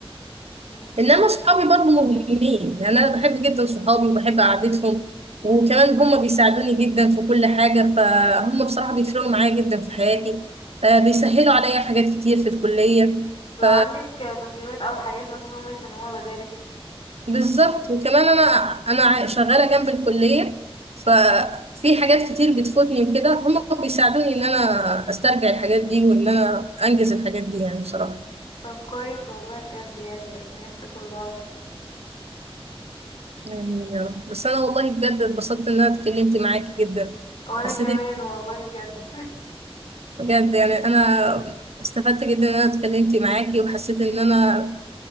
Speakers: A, on the left (about 60°); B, on the right (about 85°).
A: مم.
B: انما صحابي برضو مهمين يعني انا بحب جدا صحابي وبحب قعدتهم وكمان هم بيساعدوني جدا في كل حاجة فهم بصراحة بيفرقوا معايا جدا في حياتي آه، بيسهلوا عليا حاجات كتير في الكلية
A: لو
B: ف
A: عندك تسليمات او حاجات مثلا هما يسلموها بدالك
B: بالظبط وكمان انا انا عا- شغاله جنب الكليه ففي حاجات كتير بتفوتني وكده هم بيساعدوني ان انا استرجع الحاجات دي وان انا انجز الحاجات دي يعني بصراحه
A: طب كويس والله بجد يعني ربنا يخليكوا لبعض
B: يعني يا رب. بس انا والله بجد اتبسطت ان انا اتكلمت معاكي جدا
A: وانا
B: حسيت
A: كمان
B: ان
A: والله بجد
B: بجد يعني انا استفدت جدا ان انا اتكلمت معاكي وحسيت ان انا